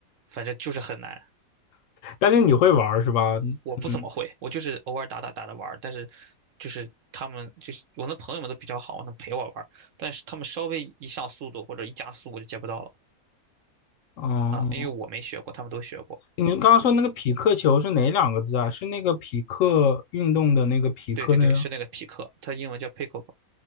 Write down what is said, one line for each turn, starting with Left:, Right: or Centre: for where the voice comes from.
Right: 反正就是很难。
Left: 但是你会玩儿是吧？
Right: 我不怎么会，
Left: 嗯
Right: 我就是偶尔打打打着玩儿，但是就是他们就是我那朋友们都比较好，能陪我玩儿，但是他们稍微一上速度或者一加速我就接不到了
Left: 嗯。
Right: 啊，因为我没学过，
Left: 嗯
Right: 他们都学过。
Left: 你刚刚说那个匹克球是哪两个字啊？是那个匹克运动的那个匹克那个？
Right: 对对对，是那个匹克，它英文叫 pickle